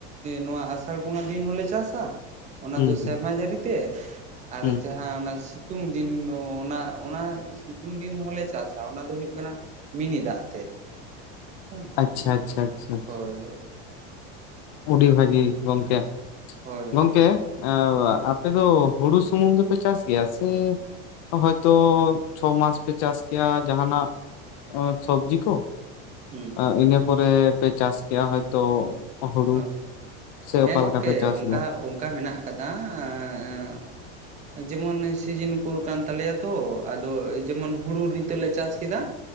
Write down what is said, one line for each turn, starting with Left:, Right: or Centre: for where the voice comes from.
Right: ᱱᱚᱣᱟ ᱟᱥᱟᱲ ᱵᱚᱸᱜᱟ ᱫᱤᱱ ᱦᱚᱞᱮ ᱪᱟᱥᱟ᱾ ᱚᱱᱟ
Left: ᱦᱩᱸ
Right: ᱫᱚ
Left: ᱦᱩᱸ
Right: ᱥᱮᱨᱢᱟ ᱡᱟᱹᱲᱤᱛᱮ ᱟᱨ
Left: ᱦᱩᱸ
Right: ᱡᱟᱦᱟᱸ ᱚᱱᱟ ᱥᱤ ᱛᱩᱝ ᱫᱤᱱ ᱚ ᱚᱱᱟ ᱚᱱᱟ ᱥᱤᱛᱩᱝ ᱫᱤᱱ ᱦᱚᱞᱮ ᱪᱟᱥᱟ ᱚᱱᱟ ᱫᱚ ᱦᱩᱭᱩᱜ ᱠᱟᱱᱟ ᱢᱤᱱᱤ ᱫᱟᱜ ᱛᱮ ᱦᱳᱭ ᱥᱮ
Left: ᱟᱪᱪᱷᱟ ᱟᱪᱪᱷᱟ ᱟᱪᱪᱷᱟ ᱟᱪᱪᱷᱟ
Right: ᱦᱳᱭ ᱦᱳᱭ
Left: ᱳᱰᱤ ᱵᱷᱟᱹᱜᱤ ᱜᱚᱝᱠᱮ,
Right: ᱦᱳᱭ
Left: ᱜᱚᱝᱠᱮ ᱮᱸᱣᱟ
Right: ᱦᱮᱸ
Left: ᱟᱯ ᱯᱮ ᱫᱚ ᱦᱩᱲᱩ ᱥᱩᱢᱩᱝ ᱜᱮᱯᱮ ᱪᱟᱥ ᱜᱮᱭᱟ ᱥᱮ ᱦᱚᱭᱛᱚ ᱪᱷᱚ ᱢᱟᱥ ᱯᱮ ᱪᱟᱥ ᱠᱮ ᱟ ᱡᱟᱦᱟᱸᱱᱟᱜ ᱥᱚᱵᱽᱡᱤ ᱠᱚ
Right: ᱦᱩᱸ
Left: ᱟᱸᱜ ᱤᱱᱟᱹ ᱯᱚᱨᱮ ᱯᱮ ᱪᱟᱥ ᱠᱮ ᱟ ᱦᱚᱭᱛᱚ ᱦᱩᱲᱩ
Right: ᱦᱚᱸ,
Left: ᱥᱮ ᱚᱠᱟ
Right: ᱦᱮᱸ ᱜᱚᱝᱠᱮ
Left: ᱞᱮᱠᱟ ᱯᱮ ᱪᱟᱥ
Right: ᱚᱝᱠᱟ
Left: ᱜᱮᱭᱟ
Right: ᱚᱝᱠᱟ ᱢᱮᱱᱟᱜ ᱠᱟᱫᱟ ᱟᱸ ᱟᱸᱜ
Left: <inaudible>
Right: ᱡᱮᱢᱚᱱ ᱥᱤᱡᱤᱱ ᱩᱯᱚᱨ ᱠᱟᱱ ᱛᱟᱞᱮᱭᱟ ᱛᱚ ᱟᱫᱚ ᱡᱮᱢᱚᱱ ᱦᱩᱲᱩ ᱱᱤᱛᱚᱜ ᱞᱮ ᱪᱟᱥ ᱠᱮᱫᱟ